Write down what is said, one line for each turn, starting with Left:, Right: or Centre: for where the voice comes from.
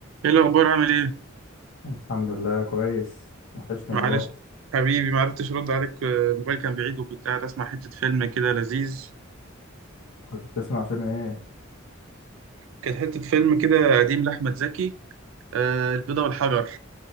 Right: ايه الاخبار عامل ايه
Left: الحمد لله كويس وحشني
Right: معلش
Left: والله
Right: حبيبي ما عرفتش ارد عليك آه، الموبايل كان بعيد وكنت قاعد اسمع حته فيلم كده لذيذ
Left: كنت بتسمع فيلم ايه
Right: كانت حته فيلم كده قديم لاحمد زكي آه البيضه والحجر